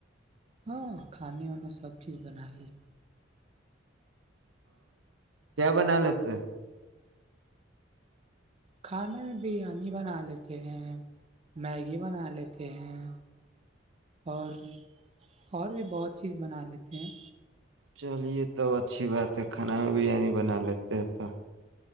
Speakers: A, on the right; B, on the right.
A: ہاں کھانے وانا سب چیز بنا ہی لیتے
B: کیا بنال تو
A: کھانا میں بریانی بنا لیتے ہیں میگی بنا لیتے ہیں اور اور بھی بہت چیز بنا لیتے ہیں
B: چلیے تب اچھی بات ہے کھانا میں بریانی بنا لیتے ہیں تو